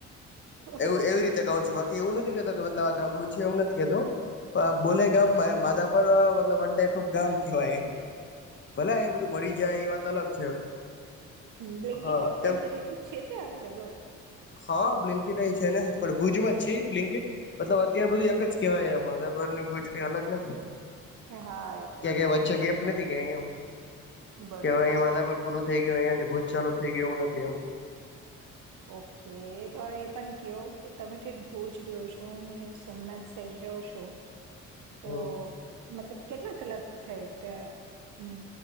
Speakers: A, on the right; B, on the left.
A: ઓકે
B: એવું એવી રીતે કઉ છું બા બાકી એવું નથી કેતો કે મતલબ આ ગામડું છે એવું નથી કેતો બોલે ગામ માં માધાપર મતલબ વન ટાઈપ ઓફ ગામ કેવાય એમ ભલે અયા બધું મળી <inaudible> એ વાત અલગ છે
A: બ્લેન્કેટની
B: હા
A: ફેસિલિટી
B: તેમ
A: છે તે અવેલેબલ?
B: હા, બ્લિનકીટ છે ને પણ ભુજમાં જ છે બ્લિનકીટ મતલબ ત્યાં બધું એક
A: ઓકે
B: જ કહેવાય મારા પરર નું ભુજ કઈ અલગ નથી.
A: હા એ તો
B: કે ક વચ્ચે
A: તમે કીધું
B: ગેપ નથી કે એમ,
A: બરોબર
B: કે હ અહીયાયા
A: છે.
B: માધા પર પૂર થ ગયું અહિયાયા થી ભૂજ ચાલુ થઈ ગય એવું નથી, એમ
A: ઓકે તો હવે એ પણ કયો કે તમે ઠેઠ ભુજ રહ્યો છો ને સોમનાથ શહેર છો તો
B: હમ
A: મતલબ કેટલા કલાક થાય? ત્યાં